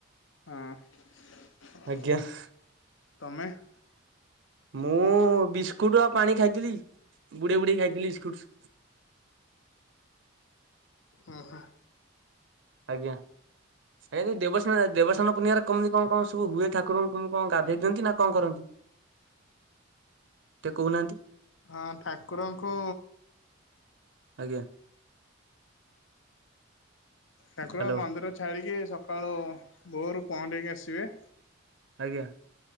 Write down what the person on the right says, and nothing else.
ଆଜ୍ଞା
ମୁଁ ବିସ୍କୁଟ ଆଉ ପାଣି ଖାଇଥିଲି। ବୁଢେଇ ବୁଢେଇ ଖାଇଥିଲି ବିସ୍କୁଟ।
ଆଜ୍ଞା। ଏ ଦେବସ୍ନାନ ଦେବସ୍ନାନ ପୁର୍ଣିଆରେ କେମିତି କଣ ସବୁ ହୁଏ ଠାକୁରଙ୍କୁ କେମିତି କଣ ଗାଧେଇ ଦିଅନ୍ତି ନା କଣ କରନ୍ତି? ଟିକେ କହୁନାହାନ୍ତି
ଆଜ୍ଞା।
ହ୍ୟାଲୋ
ଆଜ୍ଞା।